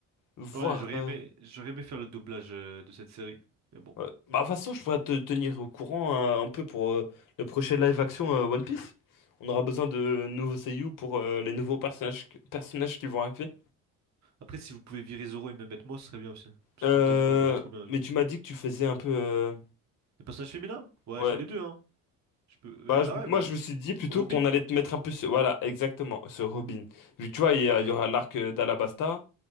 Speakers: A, on the left; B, on the right.
A: voir.
B: Ouais, j'aurais
A: euh,
B: aimé, j'aurais aimé faire le doublage euh, de cette série. Mais bon.
A: ouais. Bah de toute façon je pourrais te tenir au courant euh, un peu pour euh, le prochain live action euh, One Piece. On aura besoin de nouveaux CU pour euh, les nouveaux personnages personnages qui vont arriver.
B: Après, si vous pouvez virer Zoro et me mettre moi, ce serait bien aussi. Parce
A: Euh,
B: que comme t'as vu, moi je le fais trop bien,
A: mais
B: Zoro.
A: tu m'as dit que tu faisais un peu. euh,
B: Les personnages féminins? Ouais,
A: Ouais.
B: je fais les deux, hein. Je peux... euh,
A: Bah, je-
B: Ah
A: moi,
B: ouais, bah,
A: je me suis dit plutôt
B: Robin?
A: qu'on allait te mettre un peu sur. Voilà, exactement, sur Robin. Vu que tu vois, il y,
B: Allez,
A: a- il y aura l'arc euh, d'Alabasta.